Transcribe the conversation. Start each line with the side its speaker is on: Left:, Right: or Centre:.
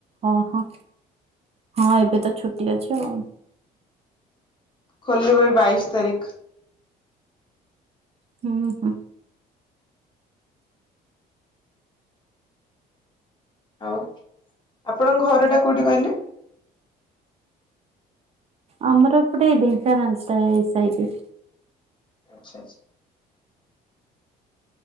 Right: ହଁ ହଁ ହଁ ଏବେ ତ ଛୁଟି ଅଛି ଆଉ।
Left: ଖୋଲିବେ ବାଇଶ ତାରିଖ।
Right: ହୁଁ ହୁଁ।
Left: ଆଉ ଆପଣଙ୍କ ଘର ଟା କୋଉଠି କହିଲେ?
Right: ଆମର ପଟେ ଢେଙ୍କାନାଳ ସାଇ ସାଇଟରେ।
Left: ଆଚ୍ଛା ଆଛା।